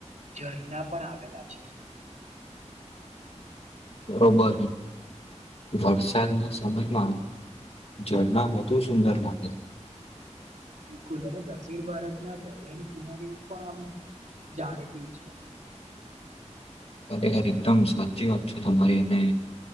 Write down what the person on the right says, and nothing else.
ઝરણા પણ આવેલા છે <unintelligible> <inaudible> <inaudible>
બિલકુલ અને દક્ષિણ ભારતના દરિયાની કિનારી પણ આમ જાણીતી છે